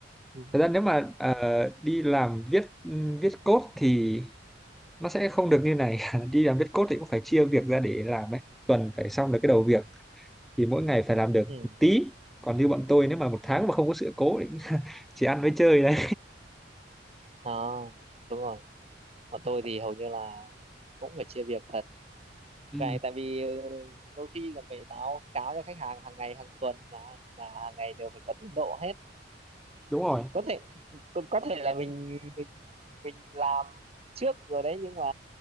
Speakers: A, on the right (about 35°); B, in the centre.
A: ừ.
B: thật ra nếu mà ờ,
A: Ừ.
B: đi làm viết ừ, viết code thì nó sẽ không được như này <laughs> đi làm viết code thì cũng phải chia việc ra để làm ấy Một tuần phải xong được cái đầu việc thì mỗi ngày phải làm được
A: Ừ.
B: một tí còn như bọn tôi nếu mà một tháng mà không có sự cố thì cũng <laughs> chỉ ăn với chơi đấy
A: Ờ, đúng rồi Còn tôi thì hầu như là cũng phải chia việc thật.
B: ừ,
A: Vậy tại vì ờ, đôi khi còn phải báo cáo cho khách hàng hàng ngày, hàng tuần mà là hàng ngày đều phải có tiến độ hết.
B: đúng rồi
A: Có thể có, có thể là mình mình mình làm trước rồi đấy nhưng mà